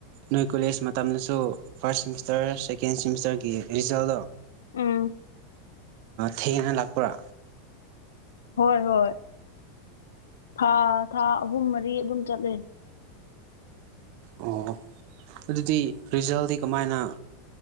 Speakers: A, on the right; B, on the left.
A: ꯅꯣꯏ ꯀꯣꯂꯦꯖ ꯃꯇꯝꯗꯁꯨ ꯐꯥꯔꯁ ꯁꯤꯦꯃꯤꯁꯇꯔ ꯁꯦꯀꯦꯟ ꯁꯤꯦꯃꯤꯁꯇꯔꯒꯤ ꯔꯤꯖꯜꯗꯣ
B: ꯎꯝ
A: ꯊꯦꯡꯒꯅ ꯂꯥꯛꯄꯔꯥ
B: ꯍꯣꯏ ꯍꯣꯏ ꯊꯥ ꯊꯥ ꯑꯍꯨꯝ ꯃꯔꯤ ꯑꯗꯨꯝ ꯆꯠꯂꯦ
A: ꯑꯣ ꯑꯗꯨꯗꯤ ꯔꯤꯖꯜꯗꯤ ꯀꯃꯥꯏꯅ